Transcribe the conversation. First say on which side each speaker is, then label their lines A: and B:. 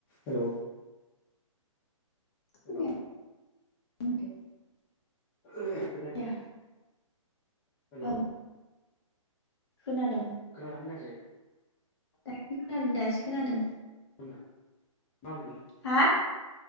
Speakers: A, on the left; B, on the left.
A: हेल' हेल'
B: खोनायानो <inaudible>
A: खोनायाखै
B: आया
A: हेल'
B: ओं खोनादों
A: खोनादो ना खोनायाखै?
B: दासो खोनादों दासो खोनादों।
A: खोनादों मा खालामदों
B: हा